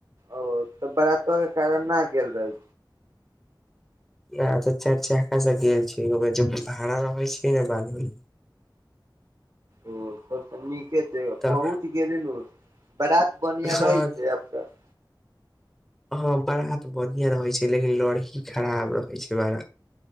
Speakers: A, on the right (about 50°); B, in the centre.
A: ओ तऽ बरातोवा के कारण नहि गेल रही।
B: आ तऽ चार च खासा गेल छै, ओहिमे ज भाड़ा रहै छै ने बालल
A: ओ तब त नीके छै,
B: तऽ
A: पहुच गेलल न। बरात बनिया रहै
B: ह
A: छै अब तक
B: हँ बरात तऽ बढ़ििया रहै छै, लेकिन लड़की खराब रहै छै बड़ा,